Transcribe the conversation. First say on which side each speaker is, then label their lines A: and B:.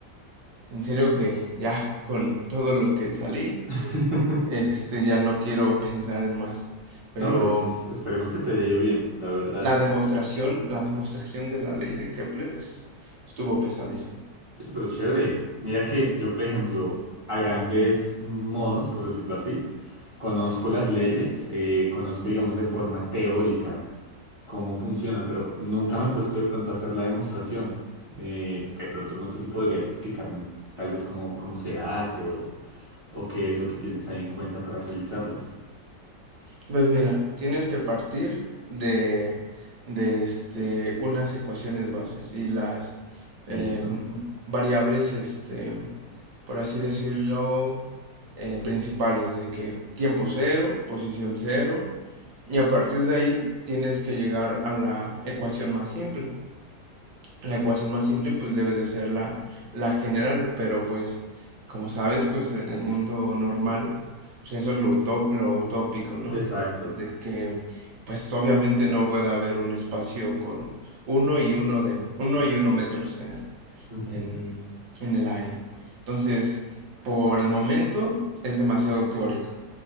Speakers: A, on the right; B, on the right.
A: En serio que ya con todo lo que salí,
B: <laughs>
A: este ya no quiero pensar en más. Pero
B: No, pues esperemos que te haya ido bien, la verdad.
A: la demostración, la demostración de la ley de Kepler es- estuvo pesadísima.
B: Oye, Pero chévere. Mira que yo, por ejemplo, a grandes modos, por decirlo así, conozco las leyes, eh, conozco, digamos, de forma teórica cómo funcionan, pero nunca me he puesto de pronto a hacer la demostración. Eh, de pronto no sé si podrías explicarme tal vez cómo, cómo se hace o, o qué es lo que tienes ahí en cuenta para realizarlas.
A: Pues mira, tienes que partir de, de, este, unas ecuaciones bases y las
B: ¿Listo?
A: em, variables, este, por así decirlo, eh, principales de que tiempo cero, posición cero, y a partir de ahí tienes que llegar a la ecuación más simple. La ecuación más simple, pues, debe de ser la, la general, pero pues, como sabes, pues en el mundo normal, pues eso es lo, utó- lo utópico, ¿no?
B: Exacto.
A: Es de que, pues obviamente no puede haber un espacio con uno y uno de, uno y uno metros en el,
B: Ujú.
A: en, en el área. Entonces, por el momento es demasiado teórico